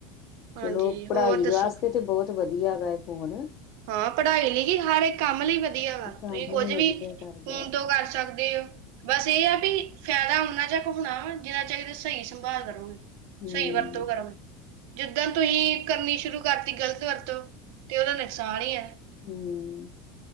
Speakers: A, on the right (about 70°); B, on the left (about 50°).
A: ਹਾਂਜੀ,
B: ਚਲੋ ਪੜ੍ਹਾਈ
A: ਹੋਰ ਦੱਸੋ?
B: ਦੇ ਆਸਤੇ ਤੇ ਬੌਤ ਵਧੀਆ ਹੈਗਾ ਏ ਫੋਨ।
A: ਹਾਂ, ਪੜ੍ਹਾਈ ਲੀ ਹੀ, ਹਰ ਇੱਕ ਕੰਮ ਲਈ ਵਧੀਆ ਵਾ, ਤੁਸੀਂ
B: ਕੰਮ
A: ਕੋਝ ਵੀ
B: ਵਧੀਆ ਕਰਦਾ
A: ਫੋਨ ਤੋਂ ਕਰ ਸਕਦੇ ਔ ਬਸ ਏਹ ਆ ਪੀ ਫੈਦਾ ਉਨਾਂ ਜਾ ਖ ਹੋਣਾ ਜਿਨਾਂ ਚਿਰ ਸਹੀ ਸੰਭਾਲ ਕਰੋਗੇ,
B: ਹਮ
A: ਸਹੀ ਵਰਤੋਂ ਕਰੋਗੇ। ਜਿੱਦਾਂ ਤੁਹੀਂ ਕਰਨੀ ਸ਼ੁਰੂ ਕਰਤੀ ਗ਼ਲਤ ਵਰਤੋਂ ਤੇ ਓਦਾ ਨੁਕਸਾਨ ਹੀ ਐ।
B: ਹੂੰ,